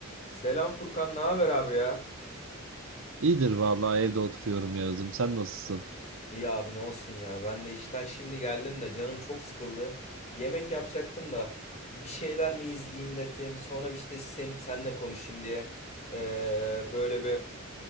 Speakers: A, on the left; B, on the right.
A: Selam Furkan, ne haber abi ya?
B: İyidir vallahi evde oturuyorum Yağız'ım. Sen nasılsın?
A: İyi abi ne olsun ya. Ben de işten şimdi geldim de canım çok sıkıldı. Yemek yapacaktım da bir bir şeyler mi izleyeyim dedim. Sonra işte sen, senle konuşayım diye ee, böyle bir